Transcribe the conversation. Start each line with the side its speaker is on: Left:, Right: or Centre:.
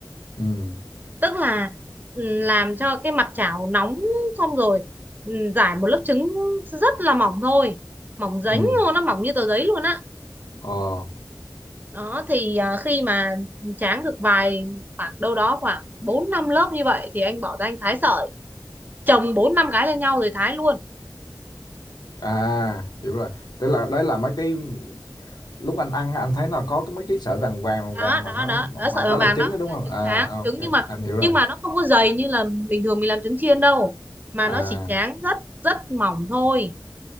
Left: ừ
Right: tức là ừ, làm cho cái mặt chảo nóng xong rồi ừ, rải một lớp trứng rất là mỏng thôi mỏng dính
Left: ừ
Right: luôn nó mỏng như tờ giấy luôn á
Left: ờ
Right: đó thì à, khi mà tráng được vài khoảng đâu đó khoảng 4 5 lớp như vậy thì anh bỏ ra anh thái sợi chồng 4 5 cái lên nhau rồi thái luôn
Left: à hiểu rồi tức là đấy là mấy cái lúc anh ăn á, anh thấy nó có cái mấy cái sợi vàng vàng
Right: đó
Left: vàng vàng mà
Right: đó
Left: nó
Right: đó
Left: mỏng
Right: đó
Left: mỏng
Right: sợi vàng
Left: đó
Right: vàng
Left: là trứng
Right: đó
Left: đó đúng
Right: là
Left: không
Right: trứng
Left: à
Right: tráng
Left: ok
Right: trứng nhưng mà
Left: anh hiểu rồi
Right: nhưng mà nó không có dày như là bình thường mình làm trứng chiên đâu mà
Left: à
Right: nó chỉ tráng rất rất mỏng thôi